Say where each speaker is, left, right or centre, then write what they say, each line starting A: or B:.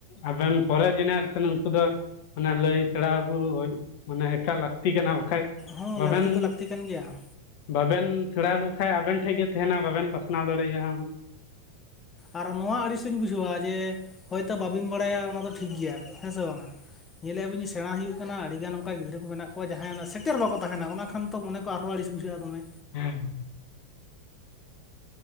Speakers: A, on the left; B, on the left.
A: ᱟᱵᱮᱱ ᱯᱚᱨᱮ ᱡᱮᱱᱟᱨᱮᱥᱚᱱ ᱩᱱᱠᱩ ᱫᱚ ᱢᱟᱱᱮ ᱞᱟᱹᱭ ᱥᱮᱬᱟᱣ ᱠᱩ ᱢᱟᱱᱮ ᱮᱠᱟᱞ ᱛᱤ ᱠᱟᱱᱟ ᱵᱟᱠᱷᱟᱡ
B: ᱦᱚᱸ
A: ᱵᱟᱵᱮᱱ
B: ᱞᱟᱹᱠᱛᱤ ᱫᱚ ᱞᱟᱹᱠᱛᱤ ᱠᱟᱱ ᱜᱮᱭᱟ
A: ᱵᱟᱵᱮᱱ ᱥᱮᱬᱟᱣᱠᱚ ᱠᱷᱟᱱ ᱟᱵᱮᱱ ᱴᱷᱮᱡ ᱜᱮ ᱛᱟᱦᱮᱱᱟ ᱵᱟᱵᱮᱱ ᱯᱟᱥᱱᱟᱣ ᱫᱟᱲᱮᱭᱟᱜᱼᱟ᱾
B: ᱟᱨ ᱱᱚᱣᱟ ᱟᱹᱲᱤᱥ ᱤᱧ ᱵᱩᱡᱷᱟᱹᱣᱟ ᱡᱮ ᱦᱚᱭᱛᱚ ᱵᱟᱹᱵᱤᱱ ᱵᱟᱲᱟᱭᱟ ᱚᱱᱟ ᱫᱚ ᱴᱷᱤᱠ ᱜᱮᱭᱟ ᱦᱮᱸ ᱥᱮ ᱵᱟᱝ -ᱟ ᱾ ᱧᱮᱞᱮᱫᱼᱟ ᱵᱤᱱ ᱡᱮ ᱥᱮᱬᱟ ᱦᱩᱭᱩᱜ ᱠᱟᱱᱟ ᱧᱮᱞ ᱮᱵᱤᱱ ᱡᱮ ᱥᱮᱬᱟ ᱦᱳᱭᱛᱳ ᱠᱟᱱᱟ ᱟᱹᱰᱤ ᱜᱟᱱ ᱚᱱᱠᱟ ᱜᱤᱫᱽᱨᱟᱹ ᱠᱚ ᱢᱮᱱᱟᱜ ᱠᱚᱣᱟ ᱡᱟᱦᱟᱸᱭ ᱚᱱᱟ ᱥᱮᱴᱮᱨ ᱵᱟᱠᱚ ᱛᱟᱦᱮᱱᱟ ᱚᱱᱟ ᱠᱷᱟᱱ ᱛᱚ ᱢᱚᱱᱮ ᱟᱨ ᱦᱚᱸ ᱟᱹᱲᱤᱥ ᱵᱩᱡᱷᱟᱹᱜ-ᱟ ᱫᱚᱢᱮ᱾
A: <unintelligible>